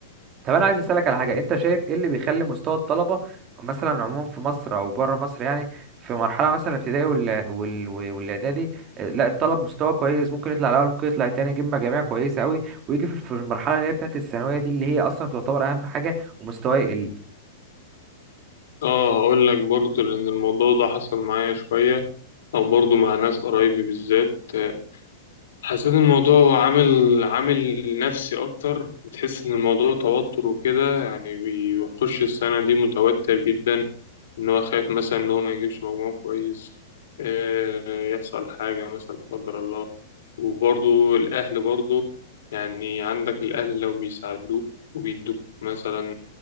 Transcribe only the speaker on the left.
برضه
اه هقول لك برضه لان الموضوع ده حصل معايا شويه او برضه مع ناس قرايبي بالذات آه، حسيت الموضوع هو عامل عامل نفسي اكتر بتحس ان الموضوع توتر وكده يعني بيخش السنه دي متوتر جدا ان هو خايف مثلا ان هو ما يجيبش مجموع كويس آه، يحصل حاجه مثلا لا قدر الله وبرضه الاهل برضه يعني عندك الاهل لو بيساعدوك وبيدوك مثلا